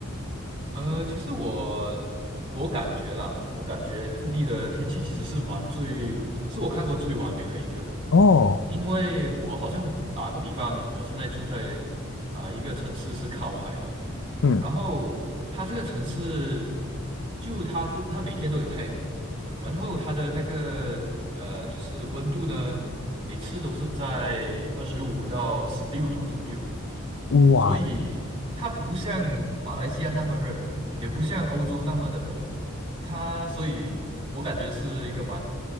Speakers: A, on the right; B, on the left.
A: 呃，其实我我感觉啦，我感觉智利的天气其实是蛮最，是我看过最完美的一个，
B: 哦，
A: 因为我好像打个比方，我现在住在啊、一个城市是靠海的。
B: 嗯，
A: 然后它这个城市，就它都它每天都有太阳，然后它的那个呃，就是温度呢，每次都是在二十五到十六度左右，
B: 哇，
A: 所以它不像马来西亚那么热，也不像欧洲那么的冷，它所以我感觉是一个蛮